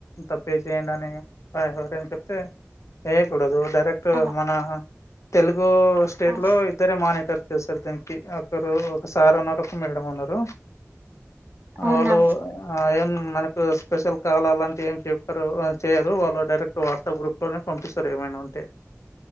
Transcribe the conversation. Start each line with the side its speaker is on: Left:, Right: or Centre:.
Left: తప్పే చేయండి. అని ఎవరయినా చెప్తే చేయకూడదు. కరెక్ట్
Right: ఆహా
Left: మన తెలుగు స్టేట్
Right: అవును
Left: లో ఇద్దరు ఇద్దరే మానిటర్ చేస్తారు. దీనికి ఒకరు ఒక సార్ ఉన్నారు. ఒక మేడం ఉన్నారు.
Right: అవునా
Left: వాళ్లు ఆ ఏం మనకు స్పెషల్ కాల్ అలాంటివి ఏం చెప్పారు చేయరు వాళ్ళు డైరెక్ట్ వాట్సాప్ గ్రూప్ ఇంట్లోనే పంపిస్తారు. ఏమైనా ఉంటే